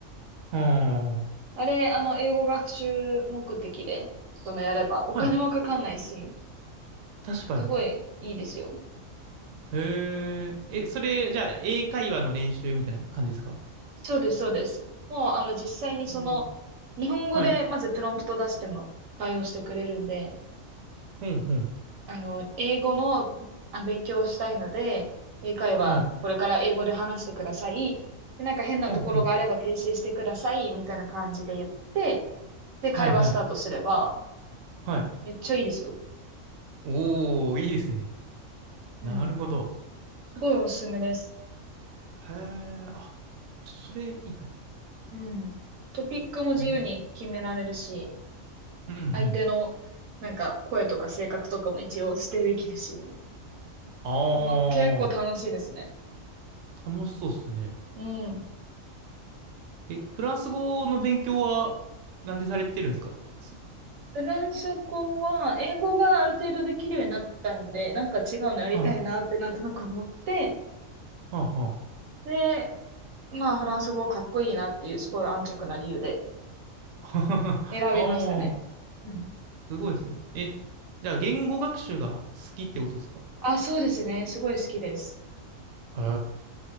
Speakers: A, on the right; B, on the right.
A: は
B: あれ、あの、英語学習目的で、そのやれば、お金もかかんないし、
A: あ、はい。確かに。
B: すごいいいですよ。
A: へえ、え、それ、じゃあ、英会話の練習みたいな感じですか
B: そうです、そうです。もう、あの、実際にその、
A: うん。
B: 日本語でまずプロンプト出しても対応してくれるんで、
A: はい。うん、うん。
B: あの、英語のあ勉強をしたいので、英会話、
A: はい。
B: これから英語で話してください。で、なんか変なところがあれば訂正してください、
A: うん、うん。
B: みたいな感じで言って、で、
A: はい、
B: 会話スタートすれば、
A: はい。はい。
B: めっちゃいいですよ。
A: おー、いいですね。
B: うん。
A: なるほど。
B: すごいおすすめです。
A: へえ、あ、それいいな。
B: うん。トピックも自由に決められるし、
A: うん、うん、うん。
B: 相手のなんか声とか性格とかも一応指定できるし、
A: あー、
B: あの、結構楽しいですね。
A: 楽しそうですね。
B: うん。
A: え、フランス語の勉強は、なんでされてるんですかそ
B: フランス語は、英語がある程度できるようになったんで、なんか違うのやりたいなってなんとなく思って、
A: はい、はい、はい。
B: で、まあフランス語かっこいいなっていうすごい安直な理由で
A: <laughs>
B: 選びましたね。
A: あー、
B: うん
A: すごいですね。え、じゃあ、言語学習が好きってことですか
B: あ、そうですね。すごい好きです。
A: へえ。